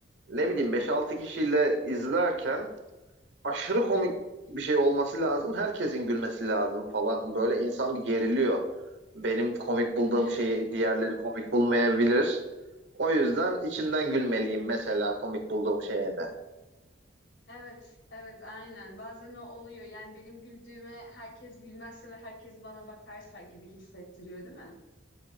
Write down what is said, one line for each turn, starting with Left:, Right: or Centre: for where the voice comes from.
Right: ne bileyim beş altı kişiyle izlerken aşırı komik bir şey olması lazım. Herkesin gülmesi lazım falan. Böyle insan bir geriliyor. Benim komik
Left: Değil
Right: bulduğum
Left: mi?
Right: şeyi diğerleri komik bulmayabilir. O yüzden içimden gülmeliyim mesela komik bulduğum şeye de.
Left: Evet, evet, aynen. Bazen o oluyor. Yani benim güldüğüme herkes gülmezse ve herkes bana bakarsa gibi hissettiriyor, değil mi?